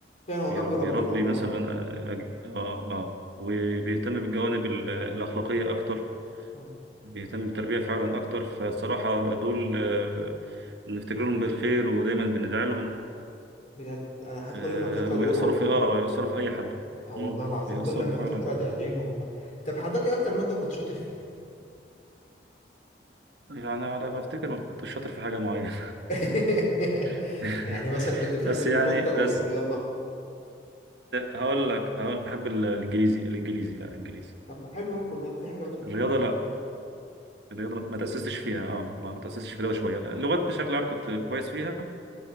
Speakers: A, on the left; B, on the right.
A: فعلا هو
B: بي-
A: كان بيربينا
B: بيربي
A: والله
B: مثلا آه، أج- اه اه وبيهتم بالجوانب ال- الأخلاقية أكتر
A: فعلا
B: بيهتم بالتربية فعلا أكتر فصراحة دول آه، نفتكر لهم بالخير ودايما بندعي لهم
A: بجد انا حتى
B: آه،
A: كل ما افتكر
B: ويأثروا
A: ادعي له والله
B: في اه ويأثروا في أي حد
A: أو
B: مم.
A: والله العظيم
B: بيأثروا
A: كل ما
B: فعلا
A: افتكر أدعي ادعي له والله طب حضرتك ايه اكتر ماده كنت شاطر فيها
B: يعني على ما أفتكر ما كنتش شاطر في حاجة معينة
A: <laughs>
B: <laughs>
A: يعني مثلا كنت بتحب
B: بس
A: العلوم
B: يعني
A: اكتر
B: بس
A: ولا الرياضه
B: هقول لك هقول لك، أحب ال- الإنجليزي الإنجليزي لا إنجليزي
A: طب ما حلو اهو كنا في حاجه بتحبها
B: الرياضة
A: اهو
B: لا الرياضة ما ما تأسستش فيها اه ما ما تأسستش في الرياضة شوية لا، اللغات بشكل عام كنت كويس فيها